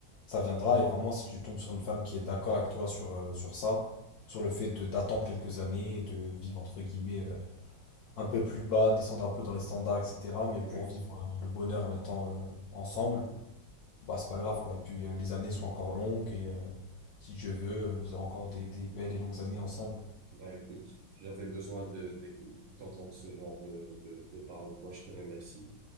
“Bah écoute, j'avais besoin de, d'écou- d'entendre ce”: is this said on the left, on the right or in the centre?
Right